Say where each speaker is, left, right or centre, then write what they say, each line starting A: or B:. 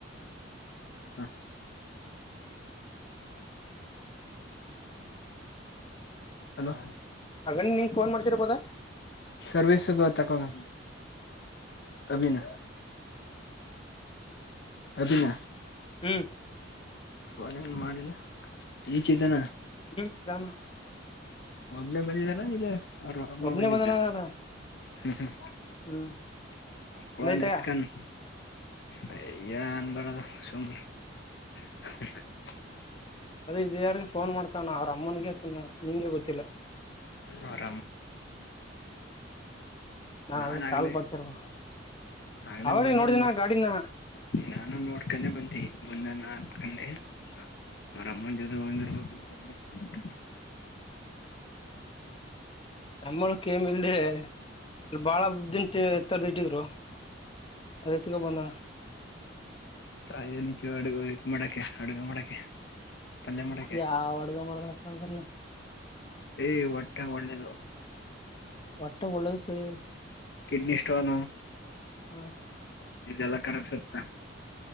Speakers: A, on the left; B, on the left.
A: ಹಾ ಹಲೋ
B: ಹಗಲೇ ನನೀನೂ ಫೋನ್ ಮಾಡ್ತಿರ್ಬೋದ
A: ಸರ್ವಿಸ ಇದೇ ತೊಗೊಮ್ ಅಭಿನ ಅಭಿನ
B: ಹ್ಮ್
A: ಫೋನ್ ಏನು ಮಾಡಿಲ ಇಚ್ ಇದಾನ
B: ಹ್ಮ್ ನಾನ
A: ಒಬ್ಬನೇ ಬಂದಿದ್ದಾನ ಇಲ್ಲ ಅವ್ರ್ ಅಮ್ಮ
B: ಒಬ್ನೇ
A: ಬಂದಿದ್ದ
B: ಬಂದನ ಅದ
A: ಹ್ಮ್ ಹ್ಮ
B: ಹ್ಮ್
A: ಫೋನ್
B: ಒಂದೈತಗ
A: ಎತ್ಕಂಡ್ ಹೆ ಏನ್ ಮಾಡಣ ಸುಮ್ನ್ <unintelligible>
B: ಅದೇ ಇದು ಯಾರಗೆ ಫೋನ್ ಮಾಡ್ತಾನೆ ಅವ್ರ ಅಮ್ ಅಮ್ಮನಗೆ ಏತ್ಕಂಡನ ನಿಂಗೆ ಗೊತ್ತಿಲ್ಲ
A: ಅವ್ರ
B: ನಾನ್
A: ನಾಾನ
B: ಅದ
A: ಆಗ್ಲೆ
B: ಕಾಲ್ ಬರ್ತಿರ್ಬೇಕು
A: ಆಗ್ಲೆ
B: ಅವಾಗ
A: ಬಂದ
B: ನೋಡಿದಿನ
A: ನೋ
B: ಗಾಡಿನ
A: ನಾನು ನೋಡ್ಕೊಂಡೆ ಬಂತಿ ಬಂದ ನಾನ್ಕಂಡೆ ನ ಅವ್ರ್ಮ್ಮ ಜೊತೆ ಹೋಗಿರ್ಬೇಕು <unintelligible>
B: ಅಮ್ಮ ಕೆ ಮೆಲ್ದೆ ಅಲ್ಲಿ ಬಾಳ ದಂಟ ತರದಿಟ್ಟಿದ್ರು ಅದ್ ಎತ್ಕೊ ಬಂದ
A: ಸಾಯ ಎನಕ್ಕೆ ಅಡು ಮಡಕೆ ಅಡುಗ ಮಡಕೆ ಪಲ್ಲೆ ಮಡಕೆ
B: ಯಾವ ಅಡ್ಗ ಮಾಡ್ದಪ್ಪ ಅದ್ರಲ್ಲಿ
A: ಏ ಒಟ ಒಡ್ದೆದು
B: ಒಟ್ಟೆ ಒಳ್ಳದು ಸೈ
A: ಕಿಡ್ನಿ ಸ್ಟೋನು.
B: ಹಾ.
A: ಇಲ್ಲಲ್ಲೆ ಕನಕ್ಸುತ್ತ